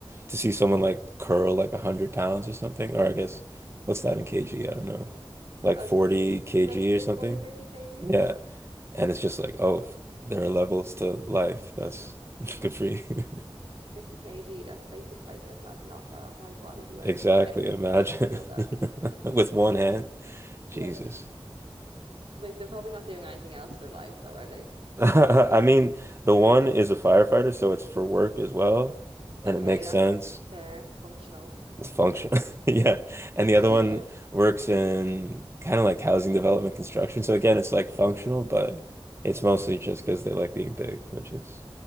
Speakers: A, on the right; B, on the right.
A: to see someone like curl like 100 pounds or something, or I guess what's that in kg? I don't know.
B: 100,
A: Like
B: I
A: 40
B: don't know,
A: kg
B: about 50,
A: or something.
B: 40, kg.
A: Yeah. And it's just like, oh, there are levels to life. That's <laughs> good for you. <laughs>
B: 50 kg. That's basically like that's like not far off my body weight.
A: Exactly.
B: <laughs> How is
A: Imagine
B: someone able to curl that?
A: <laughs> with
B: <laughs>
A: one hand.
B: Like,
A: Jesus.
B: like they're probably not doing anything else in their lives though, are they?
A: <laughs> I mean, the one is a firefighter, so it's for work as well, and
B: Okay,
A: it makes
B: that's
A: sense.
B: fair, functional.
A: It's functional, <laughs> Yeah. And the
B: <laughs>
A: other one works in kind of like housing development construction. So again, it's like functional, but it's mostly just because they like being big, which is,